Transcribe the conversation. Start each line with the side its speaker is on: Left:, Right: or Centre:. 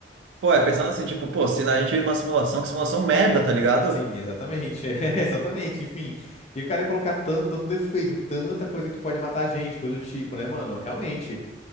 Right: Pô, é pensando assim, tipo, pô, se a gente vive numa simulação, que simulação merda, tá ligado?
Left: Sim, exatamente. <laughs> É, Exatamente. Enfim, e o cara ia colocar tanto, tanto defeito, tanta coisa que pode matar a gente, coisa do tipo, né, mano? Realmente.